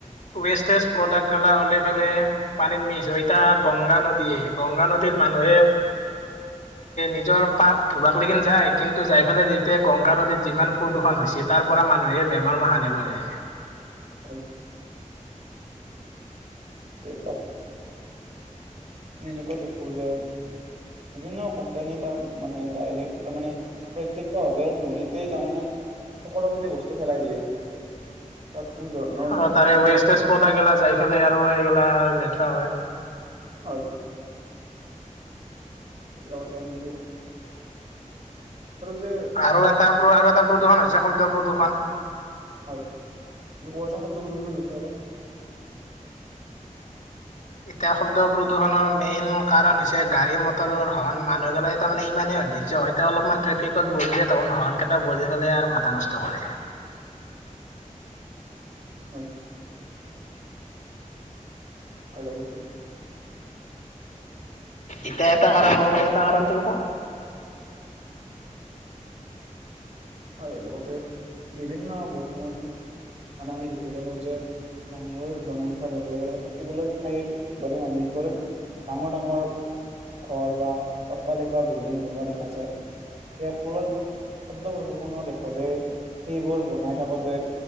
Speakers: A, on the left; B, on the right.
A: ৱেষ্টেজ প্ৰডাক্ট গিলা ওলাই পেলাই পানীত মিছ হৈ থাক এটায়া গংগা নদীয়ে, গংগা নদীত মানুহে নিজৰ পাপ ধুবাক লকিন যায়, কিন্তু যাই পেলাই যেতিয়া গংগা নদীত যিমান প্ৰদূৰ্ষণ হৈছে তাৰ পৰা মানুহে বেমাৰ সানি লৈ আহে।
B: হয়। যে তাত আমি এনেকুৱা দেখো যে বিভিন্ন কোম্পানী তা মানে ডাইৰেক্ট মানে প্ৰত্যক্ষভাৱে নদীতেই তাৰমানে সকলো খিনি বস্তু পেলাই দিয়ে। তাত কোনো ধৰণৰ
A: অ' তাৰে
B: পৰি
A: ৱেষ্টেজ প্ৰাডাক্ট গিলা যায় পেলাই আৰু এই গিলা লেতেৰা হয়।
B: হয়। লগতে আমি যে
A: আৰু এটা আৰু এটা প্ৰদূষণছে শব্দ প্ৰদূষণ
B: হয় কবচোন শব্দ পদূশনৰ বিষয়ে অলপ
A: এতিয়া শব্দ প্ৰদূষণৰ মেইন কাৰণ হৈছে গাড়ী মটৰৰ হন মানুহ গিলাই তাৰ মানে ইমানেই ধ অলপমান ট্ৰেফিক বজিয়ে ত হন কেইটা বজি পেলাই আৰু মাথা নষ্ট কৰে
B: হয় আৰু লগৰটো
A: এতিয়া এটা কাৰণ মইকলো এটা কাৰণটো ক
B: হয় লগতে বিভিন্ন বৰ্তমান মানে আমি দেখিবলৈ পাওঁ যে মানুহৰ জনসংখ্যাবঢ়াৰ লগে লগে থাকিবলৈ ঠাইৰ বাবে মানুহে কি কৰে ডাঙৰ ডাঙৰ ঘৰ বা অট্টালিকা বিল্ডিং বনোৱা দেখা হয় যায় ইয়াৰ ফলত শব্দ প্ৰদূষন দেখা যাই সেইবোৰ বনাই থাকোতে